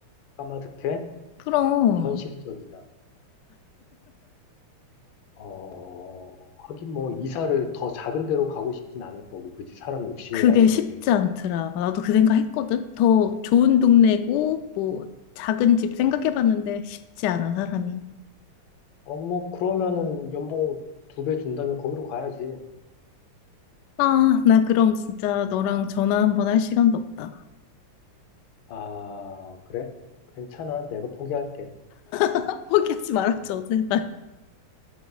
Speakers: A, on the left; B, on the left.
A: 까마득해?
B: 그럼.
A: 현실적이다. 어, 하긴 뭐, 이사를 더 작은 데로 가고 싶진 않을 거고, 그치? 사람 욕심이라는
B: 그게 쉽지
A: 게.
B: 않더라. 나도 그 생각 했거든. 더 좋은 동네고, 뭐, 작은 집 생각해봤는데 쉽지 않아, 사람이.
A: 어, 뭐, 그러면은 연봉 두 배 준다면 거기로 가야지.
B: 아, 나 그럼 진짜 너랑 전화 한 번 할 시간도 없다.
A: 아, 그래? 괜찮아. 내가 포기할게.
B: <laughs> 포기하지 말아줘, 제발.